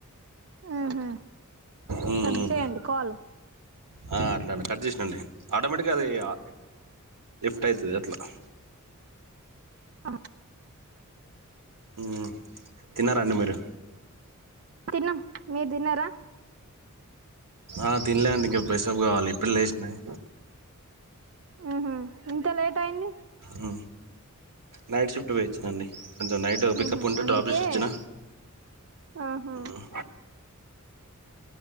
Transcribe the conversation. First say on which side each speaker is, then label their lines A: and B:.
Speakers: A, on the right (about 50°); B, on the right (about 80°).
A: ఉహు
B: ఉఉమ్
A: కట్ చేయండి కాల్
B: ఆ అట్లనే కట్ చేసినండి ఆటోమేటిక్ అది ఆ లిఫ్ట్ అయితది అట్లా
A: ఆ
B: హ్మ్మ్ తిన్నారంండి మీరు
A: తిన్నాం మీరు తిన్నారా
B: ఆ తినలేండి ఇంకా ప్రెషప్ కావాలి ఇప్పుడు లేసినాయి
A: ఉహూ ఇంత లేట్ అయింది
B: ఉమ్ నైట్ షిఫ్ట్ పోయివచ్చినండి కొంచెం నైట్ పికప్
A: ఉహు
B: ఉంటే
A: అందుకే
B: డ్రాప్ చేస్ వచ్చిన
A: ఆహా
B: ఉమ్